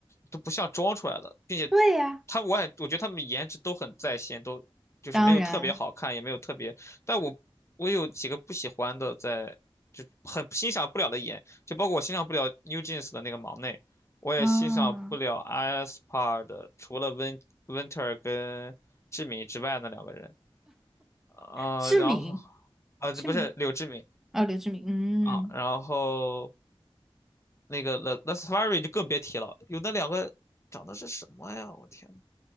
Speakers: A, on the left; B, in the centre.
A: 都不像装出来的，并且
B: 对呀，
A: 她我也我觉得她们颜值都很在线，都就是没有特别好看，
B: 当然
A: 也没有特别，但我我有几个不喜欢的在，就很欣赏不了的颜，就包括我欣赏不了 NewJeans 的那个忙内，我也欣赏不了
B: 啊，
A: a s p a 的，除了温 Winter 跟志敏之外那两个人。啊、
B: 志敏，
A: 然后啊，
B: 志敏，
A: 这不是柳志敏
B: 哦，刘志敏，嗯。
A: 啊，然后那个 La La s f a r i 就更别提了，有那两个长得是什么呀？我天呐，